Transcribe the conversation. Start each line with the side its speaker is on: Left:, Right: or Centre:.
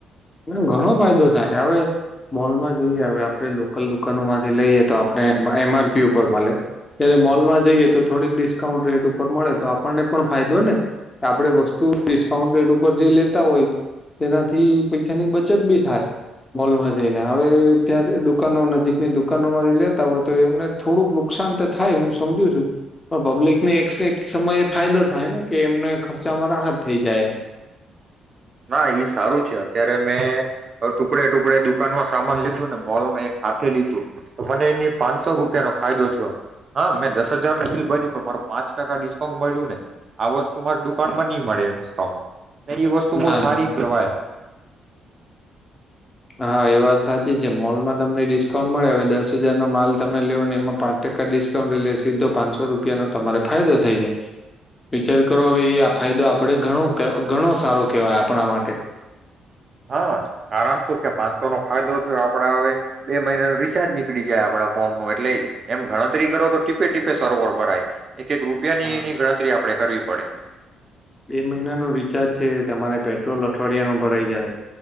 Left: ના ઘણો ફાયદો થાય હવે મોલમાં જોઈએ હવે આપણેે લોકલ દુકાનોમાંથી લઈએ તો આપ પણે એમ આર પી ઉપર મલે જ્યારે મોલમાં જઈએ તો થોડીક ડિસ્કાઉન્ટ રેટ ઉપર મળે તો આપણને પણ ફાયદો ને કે આપણે વસ્તુ ડિસ્કાઉન્ટ રેટ ઉપર જે લેતા હોય તેનાથી પૈસાની ની બચત બી થાય મોલમાં જાઈને હવે ત્યાં દુકાનો નજીકની દુકાનોમાંથી લેતા હોય તો એમને થોડુંક નુકસાન તો થાય હું સમજુ છું પણ પબ્લિક ને એક સમય એ ફાયદો થાય ને કે એમને ખર્ચામાં રાહત થઈ જાય એમ.
Right: ના એ સારું છે અત્યારે મેં ટુકડે ટુકડે દુકાનમાં સામાન લીધું ને મોલમાં એક હાથે લીધું તો મને એની પાંચસો રૂપિયાનોો ફાયદો થયો હા મેં દસ હજાર ન એટલી બની પણ માર પાંચ ટકા ડિસ્કાઉન્ટ મળ્યું ને આ વસ્તુ મારી દુકાનમાં ની મળે ડિસ્કાઉન્ટ.
Left: એમ
Right: તો બો
Left: ના
Right: સારી
Left: ના
Right: કેવાય.
Left: હા એ વાત સાચી છે મોલમાં તમને ડિસ્કાઉન્ટ મળે હવે દસ હજારનો માલ તમે લો ને એમાં પાંચ ટકા ડિસ્કાઉન્ટ એટલે સીધો પાંચસો રૂપિયાનો તમારે ફાયદો થઈ જાય વિચાર કરોવે આ ફાયદો આપણે ઘણો સારો કેહેવાય આપણા માટે.
Right: હા કારણ શું કે પાંચસો નો ફાયદો થ આપડા હવે બે મહિના નું રિચાર્જ નીકળી જાય આપડા ફોન નું એટલે એમ ગણતરી કરો તો ટીપે ટીપે સરોવર ભરાય. એક એક રૂપિયાનીની
Left: હા,
Right: ગણતરી આપડે કરવી મળે
Left: બે મહિના નું રિચાર્જ છે તમારે પેટ્રોલ અઠવાડિયા નું ભરાઈ જાય